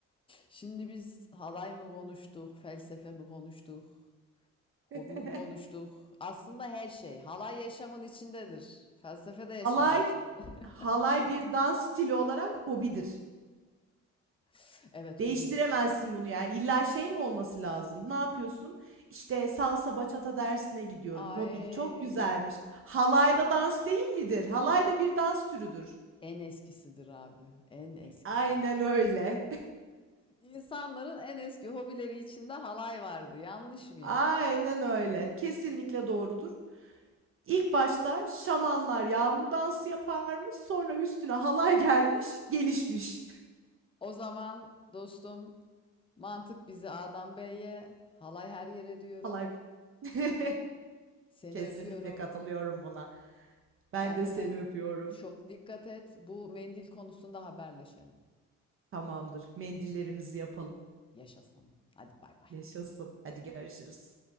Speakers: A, on the left (about 20°); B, on the right (about 45°).
A: Şimdi biz halay mı konuştuk, felsefe mi konuştuk, hobi
B: <laughs>
A: mi konuştuk? Aslında her şey. Halay yaşamın içindedir. Felsefe de yaşamın
B: Halay,
A: içindedir.
B: halay bir dans stili olarak hobidir.
A: <laughs> Evet,
B: Değiştiremezsin
A: hobidir.
B: bunu yani. İlla şey mi olması lazım? Ne yapıyorsun? İşte salsa bachata dersine gidiyorum.
A: Ay,
B: Hobin çok güzelmiş. Halayda dans değil midir? Halay da bir dans türüdür.
A: en eskisidir abi, en eskisidir.
B: Aynen öyle.
A: İnsanların en eski hobileri içinde halay vardı. Yanlış
B: <laughs>
A: mıyım?
B: Aynen öyle. Kesinlikle doğrudur. İlk başta şamanlar yağmur dansı yaparmış, sonra üstüne halay gelmiş, gelişmiş.
A: Hı. O zaman dostum, mantık bizi A'dan B'ye, halay her yere diyorum.
B: <laughs> Halay. <laughs>
A: Seni
B: Kesinlikle
A: öpüyorum.
B: katılıyorum buna. Ben
A: Kendine
B: de seni öpüyorum.
A: çok dikkat et. Bu mendil konusunda haberleşelim.
B: Tamamdır. Mendillerimizi yapalım.
A: Yaşasın. Hadi bay bay.
B: Yaşasın. Hadi görüşürüz.